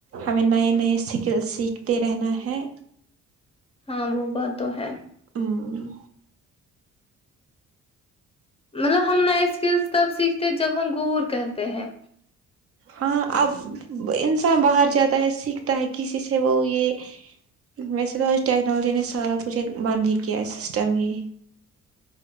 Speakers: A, on the right; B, on the left.
A: ہمیں نئے نئے سکل سیکھتے رہنا ہے
B: ہاں وہ بات تو ہے
A: ہمم
B: مطلب ہم نئے اسکلس تب سیکھتے جب ہم گور کرتے ہیں
A: ہاں اب انسان باہر جاتا ہے سیکھتا ہے کسی سے وہ یے ویسے تو آج ٹیکنالوجی نے سارا کچھ ایک بند ہی کیا ہے سسٹم ہی